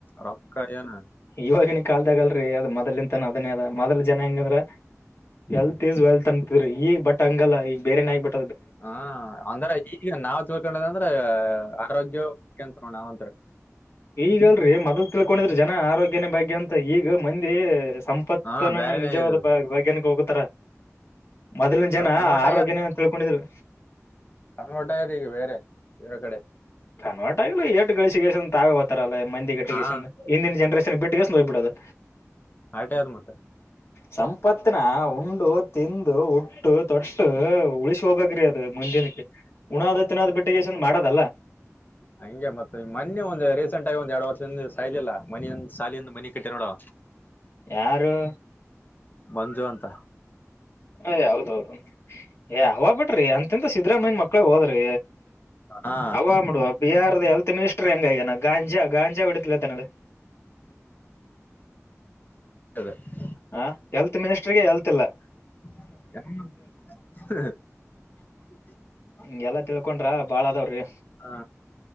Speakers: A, on the left (about 35°); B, on the left (about 55°).
A: ರೊಕ್ಕ ಏನ
B: ಇವಾಗನ್ ಕಾಲ್ದಾಗ ಅಲ್ರರಿ ಅದ ಮೊದಲಲಿಂತಾನ ಅದೇ ಅದ ಮೊದಲ್ ಜನ ಹೆಂಗ ಅಂದ್ರ ಎಲ್ತ್ ಈಸ್ ವೆಲ್ತ್ ಅಂತಿದ್ರರಿ ಈಗ ಬಟ್ ಹಂಗಲ್ಲ ಈಗ ಬೇರೆನ ಆಗ್ಬಿಟದೆ
A: ಹ ಅಂದ್ರೆ ಈಗ ನಾವ್ ಚೋಳ್ಕೊಂಡದ ಅಂದ್ರ ಆರೋಗ್ಯಂ ನಾವತ <inaudible>
B: ಈಗಲ್ರರಿ ಮೊದಲ್ಲು ತಿಳ್ಕೊಂಡಿದ್ರ ಜನ ಆರೋಗ್ಯನ ಭಾಗ್ಯ ಬಗ್ಗೆ ಅಂತ ಈಗ ಮಂದಿ ಸಂ ಇಪ್ಪತ್ತನ
A: ಹಾ ಬ್ಯಾರೆನೇ
B: ನಿಜವಾದ
A: ಆಗ್ಯದ ಇದು.
B: ಬಾಗ್ಯನಕ್ಕೆ ಹೋಗುತ್ತಾರ ಮೊದ್ಲಿನ ಜನ
A: ಇವಾಗ ಕನ್ವರ್ಟ್
B: ಆರೋಗ್ಯನೇ ತಿಳ್ಕೊಂಡಿದ್ರು
A: ಕಂಗೋಟ ಆದ ಈಗ ಬೇರೆ ಎಲ್ಲಾ ಕಡೆ
B: ಕನ್ವರ್ಟ್ ಆಗ್ಲಿ ಏಷ್ಟು ಗಳಸಿಗೆ ತಾವೇ ಹತಾರ ಅಲ್ಲ ಮಂದಿಗೆ ಎಟ್ಟಿಗೆ
A: ಹಾ
B: ಇಂದಿನ ಜನ್ರೇಷನ್ ಬಿಟ್ಟು <unintelligible> ಬಿಡೋದು
A: ಆಟಿ ಆದ್ ಮತ್ತೆ
B: ಸಂಪತ್ನಾ ಉಂಡು ತಿಂದು ತೊಟ್ಟು ಉಳಿಸಿ ಹೋಗ್ಬೇಕ್ರಿ ಅದು ಮುಂದಿನಕ್ಕೆ ಉಣಾದ ತಿನ್ನದ ಬಿಟ್ಟಿ ಶೋಕಿ ಮಾಡದಲ್ಲ
A: ಹಂಗೆ ಮತ್ತ ಮೊನ್ನೆ ಒಂದು ರೀಸೆಂಟ್ ಆಗಿ ಒಂದ್ ಎರಡ್ ವರ್ಷದಿಂದ ಸಾಯಜಿಲ್ಲ ಮನ ಸಾಲಿಯಿಂದ ಮನೆಗೆ ನೋಡು
B: ಯಾರು
A: ಮಂಜು ಅಂತ
B: ಹೇ ಹೌಹೌದು ಹೇ ಅವ ಬಿಡ್ರಿ ಅಂತ ಅತ್ಯಂತ ಸಿದ್ದರಾಮಯ್ಯ ಮಕ್ಕಳ ಹೋದ್ರಿ
A: ಹಾ
B: ಅವ ಬಿಡು ಬಿಹಾರದ ಹೆಲ್ತ್ ಮಿನಿಸ್ಟರ್ ಹೆಂಗ ಹಾಗೇನೇ ಗಂಜಾ ಗಂಜಾ ಹೊಡಿತನಲ್ಲ
A: <unintelligible>
B: ಹ ಎಲ್ತ್ ಮಿನಿಸ್ಟರ್ ಗೆ ಹೆಲ್ತ್ ಇಲ್ಲಾ
A: <inaudible>
B: ಹಂಗೆಲ್ಲಾ ತಿಳ್ಕೊಂಡ್ರ ಬಾಳ ಅದಾವ್ರಿ
A: ಹಾ